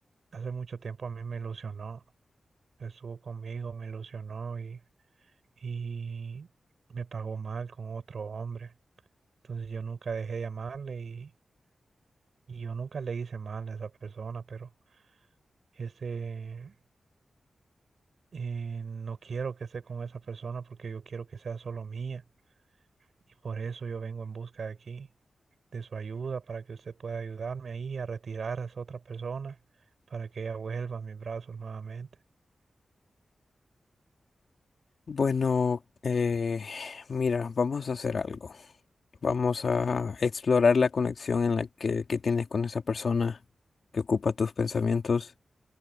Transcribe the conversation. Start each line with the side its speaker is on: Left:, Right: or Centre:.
Right: hace mucho tiempo a mí me ilusionó. Estuvo conmigo, me ilusionó y, y me pagó mal con otro hombre. Entonces yo nunca dejé de amarle y, y yo nunca le hice mal a esa persona, pero ese eh, no quiero que esté con esa persona porque yo quiero que sea solo mía y por eso yo vengo en busca de aquí, de su ayuda para que usted pueda ayudarme ahí a retirar a esa otra persona para que ella vuelva a mis brazos nuevamente.
Left: Bueno, eh, mira, vamos a hacer algo. Vamos a explorar la conexión en la que, que tienes con esa persona que ocupa tus pensamientos.